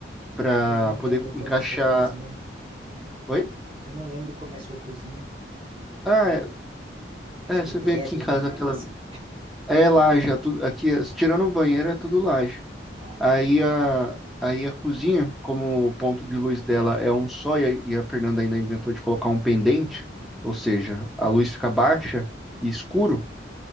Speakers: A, in the centre; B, on the right.
A: pra
B: eu não
A: poder
B: lembro como
A: encaixar.
B: é sua cozinha.
A: Oi?
B: Eu não lembro como é sua cozinha.
A: Ah, é, é,
B: Tipo,
A: você
B: teto,
A: vê aqui em casa
B: nem nada
A: aquela.
B: assim.
A: É laje, é tudo, aqui, é- tirando o banheiro, é tudo laje.
B: Ai, laje.
A: Aí a, aí a cozinha, como o ponto de luz dela é um só, e a, e a Fernanda ainda inventou de colocar um pendente, ou seja, a luz fica baixa e escuro,